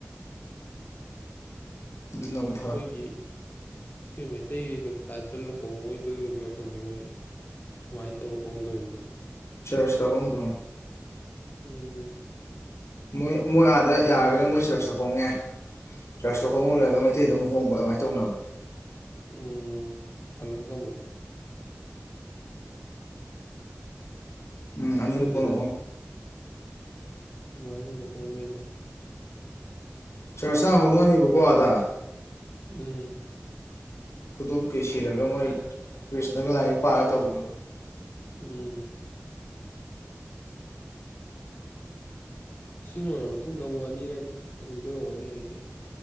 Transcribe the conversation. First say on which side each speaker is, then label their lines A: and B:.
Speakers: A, on the left (about 70°); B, on the left (about 40°).
A: ꯑ
B: ꯑꯩꯈꯣꯏꯒꯤ ꯑꯩꯈꯣꯏ ꯃꯩꯇꯩꯗ ꯇꯥꯏꯞꯇ ꯂꯨꯍꯣꯡꯉꯣꯏꯗ ꯐꯪꯗꯦ ꯃꯣꯏ ꯀꯃꯥꯏꯅ ꯇꯧꯕ ꯐꯣꯡꯗꯣꯔꯤꯕꯅꯣ
A: ꯆꯁꯇ ꯍꯣꯗꯣ
B: ꯎꯝ
A: ꯃꯣꯏ ꯃꯣꯏ ꯑꯥꯗ ꯌꯥꯔꯒꯅ ꯃꯣꯏ ꯁꯔꯁ ꯆ ꯈꯣꯡꯉꯦ ꯀ꯭ꯂꯥꯁꯇ ꯍꯣꯡꯍꯜꯂꯒꯩꯇꯩꯗ ꯑꯃꯨꯛ ꯍꯣꯡꯕ ꯑꯗꯨꯃꯥꯏꯅ ꯇꯧꯅꯕꯅꯦ
B: ꯎ ꯍꯜꯂꯒ ꯑꯃꯛ
A: ꯎꯝ ꯑꯅꯤꯉꯣ
B: ꯈꯪꯗꯦꯗ
A: ꯍ
B: ꯀꯃꯥꯏꯅꯧꯕ ꯍꯣꯡꯅ ꯑꯩꯅ
A: ꯆꯔꯆꯥꯥ ꯍꯣꯡꯅꯪꯉꯤꯕꯀꯣ ꯑꯗ
B: ꯎꯝ
A: ꯈꯨꯗꯣꯜ ꯀꯩ ꯁꯤꯔꯒ ꯃꯣꯏ ꯀ꯭ꯔꯤꯁꯅꯒ ꯂꯥꯏꯔꯤꯛ ꯄꯥꯔ ꯇꯧꯕꯗꯣ
B: ꯎꯝ ꯁꯤ ꯂꯣꯏꯔꯕ ꯃꯇꯨꯡꯗ ꯑꯃꯨꯛ ꯑꯅꯤꯔꯛ ꯇꯧꯕꯤꯗꯧꯔꯝꯅꯦ ꯑꯩꯁꯦ